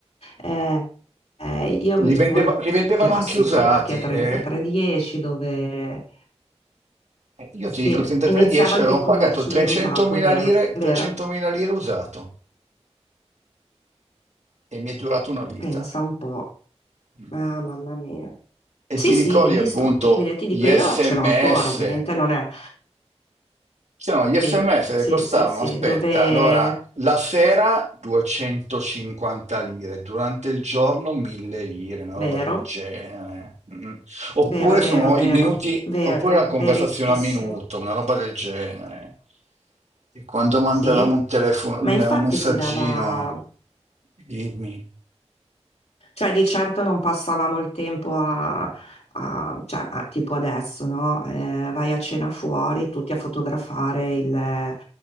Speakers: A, on the left; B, on the right.
A: Eh, eh, io avevo
B: Li, vendeva-
A: il
B: li vendevano
A: classico
B: anche usati.
A: Nokia 3310
B: E
A: dove
B: e io
A: sì,
B: ti dico, il 3310
A: iniziava anche
B: avevo
A: il commercio
B: pagato 300.000
A: dell'usato, vero?
B: lire,
A: Vero?
B: 300.000 lire usato. e mi è durato una vita.
A: Pensa un po'.
B: Mm.
A: Ah, mamma mia.
B: E
A: Sì,
B: ti ricordi
A: sì, indistruttibile,
B: appunto
A: ti
B: gli
A: dico,
B: SMS?
A: io ce l'ho ancora, ovviamente non è.
B: C'erano gli SMS
A: Sì,
B: che
A: sì,
B: costavano,
A: sì, sì,
B: aspetta,
A: dove...
B: allora la sera 250 lire, durante il giorno 1000 lire, una roba
A: Vero?
B: del genere. Mm. Oppure
A: Vero, vero,
B: sono
A: vero,
B: i minuti,
A: vero,
B: oppure la conversazione
A: verissimo.
B: a minuto, una roba del genere. E quando mandavamo
A: Sì,
B: un telefono,
A: ma
B: un,
A: infatti
B: un messaggino,
A: si dava,
B: dimmi.
A: Cioè, di certo non passavamo il tempo a, a- cioè, a- tipo adesso, no? Eh, vai a cena fuori, tutti a fotografare il-